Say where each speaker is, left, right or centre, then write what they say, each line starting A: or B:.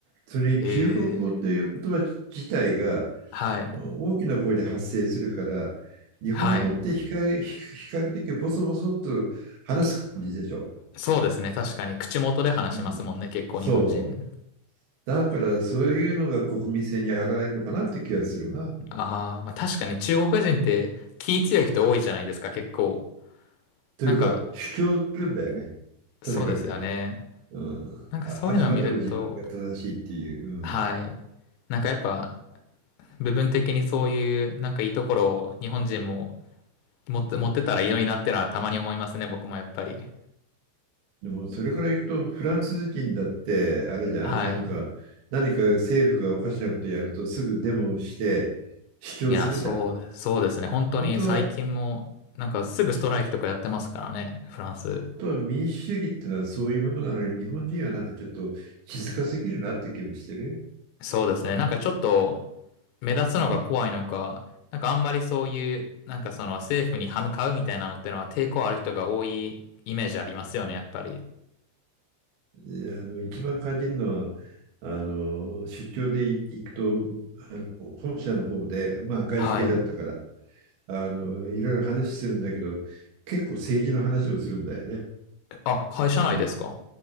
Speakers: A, on the right; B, on the left.
A: う。それに中国語という言葉自体が
B: へえ。はい。
A: 大きな声で発生するから、日本語って比較、
B: はい。
A: 比較的ボソボソっと話す感じでしょ。
B: そうですね、確かに。口元で話しますもんね、
A: うん。
B: 結構日本人。
A: そう。だからそういうのが国民性に現れるのかなって気がするな。
B: ああ、まあ確かに中国人って気強い人多いじゃないですか、結構。
A: というか主張するんだよね。
B: なんか、
A: とにかく。
B: そうですよね。
A: うん。
B: なんかそういうのを見ると、
A: あ、あくまでも自分が正しいっていう。うん。
B: はい。なんかやっぱ、部分的にそういう、なんかいいところを日本人も持って、持ってたらいいのになってのはたまに思いますね、僕もやっぱり。
A: でもそれからいくとフランス人だってあれじゃんなんか何か政府がおかしなことやるとすぐデモをして主張するじゃん。
B: はい。いや、そうです、そうですね。本当に最近も、
A: 本当は、
B: なんかすぐストライキとかやってますからね、フランス。
A: 本当は民主主義ってのはそういうものなのに日本人はなんかちょっと静かすぎるなって気もしてるよ。
B: そうですね。なんかちょっと目立つのが怖いのか、なんかあんまりそういう、なんかその政府に歯向かうみたいなのってのは抵抗ある人が多いイメージありますよね、やっぱり。
A: であの一番感じるのはあの出張で行くと本社の方で、まあ、外資系だったから
B: はい。
A: あのいろいろ話するんだけど結構政治の話もするんだよね。
B: あ、会社内ですか。